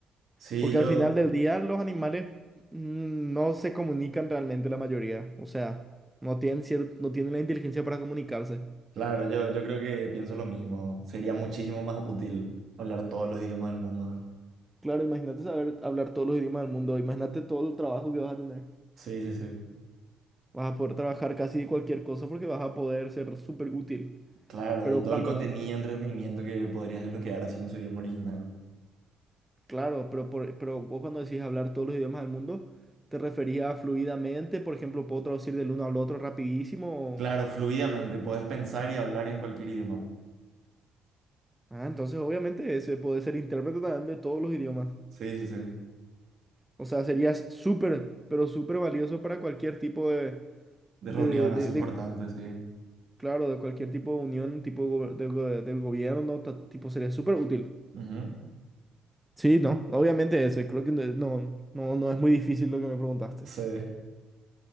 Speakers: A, on the right (about 55°); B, in the centre.
A: Sí,
B: Porque
A: yo,
B: al final del día los animales mm, no se comunican realmente la mayoría. O sea, no tienen cier- no tienen la inteligencia para comunicarse.
A: claro, yo, yo creo que pienso lo mismo. Sería muchísimo más útil hablar todos los idiomas del mundo.
B: Claro, imagínate saber hablar todos los idiomas del mundo. Imagínate todo el trabajo que vas a tener.
A: Sí, sí, sí.
B: Vas a poder trabajar casi de cualquier cosa porque vas a poder ser súper útil.
A: Claro,
B: Pero
A: y todo
B: cuando
A: el contenido, entretenimiento que podrías desbloquear así en su idioma original.
B: Claro, pero, por- pero vos cuando decís hablar todos los idiomas del mundo, ¿te referías a fluidamente? Por ejemplo, ¿puedo traducir del uno al otro rapidísimo?
A: Claro, fluidamente, podés pensar y hablar en cualquier idioma.
B: Ah, entonces obviamente ese puede ser intérprete también de todos los idiomas.
A: Sí, sí, sí.
B: O sea, serías súper, pero súper valioso para cualquier tipo de,
A: De
B: de,
A: reunión así
B: de-
A: importante,
B: de-
A: sí.
B: claro, de cualquier tipo de unión, tipo gober- de go- del gobierno, ta- tipo, sería súper útil.
A: Ujú.
B: Sí, no, obviamente ese, creo que no, no, no no es muy difícil lo que me preguntaste.
A: Sí.